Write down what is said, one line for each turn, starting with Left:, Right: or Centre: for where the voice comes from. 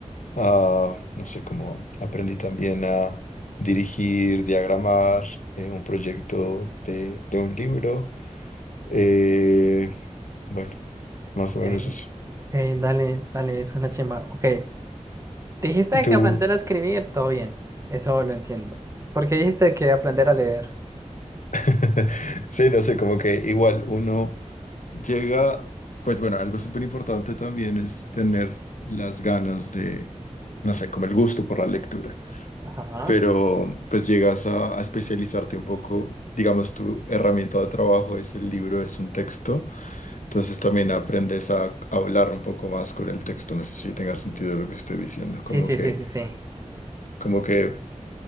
Left: a, no sé, como aprendí también a dirigir, diagramar eh, un proyecto de de un libro eh, bueno, más
Right: ok,
Left: o menos eso.
Right: ok, dale, dale, suena chimba. Ok, Dijiste
Left: Y tú,
Right: que aprender a escribir, todo bien, eso lo entiendo. ¿Por qué dijiste que aprender a leer?
Left: <laughs> sí, no sé, como que igual uno llega, pues bueno, algo súper importante también es tener las ganas de, no sé, como el gusto por la lectura,
Right: Ajá.
Left: pero pues llegas a, a especializarte un poco, digamos, tu herramienta de trabajo es el libro, es un texto, entonces también aprendes a hablar un poco más con el texto, no sé si tenga sentido lo que estoy diciendo, como
Right: Sí, sí,
Left: que,
Right: sí, sí, sí.
Left: como que...